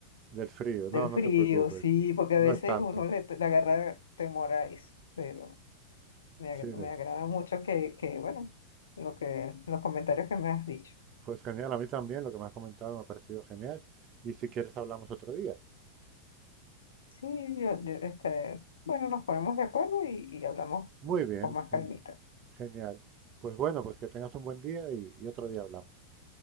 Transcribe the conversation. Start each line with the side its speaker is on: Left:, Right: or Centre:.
Right: Del frío,
Left: del
Right: no, no
Left: frío,
Right: te preocupes.
Left: sí, porque a
Right: No
Left: veces
Right: es tanto.
Left: uno le, le agarra temor a eso, pero... Me, ag-
Right: Cine.
Left: me agrada mucho que, que, bueno, lo que, los comentarios que me has dicho.
Right: Pues genial, a mí también lo que me has comentado me ha parecido genial. Y si quieres hablamos otro día.
Left: Sí, yo, yo, este, bueno, nos ponemos de acuerdo y, y hablamos
Right: Muy bien,
Left: con más
Right: gen-
Left: calmita.
Right: genial. Pues bueno, pues que tengas un buen día y, y otro día hablamos.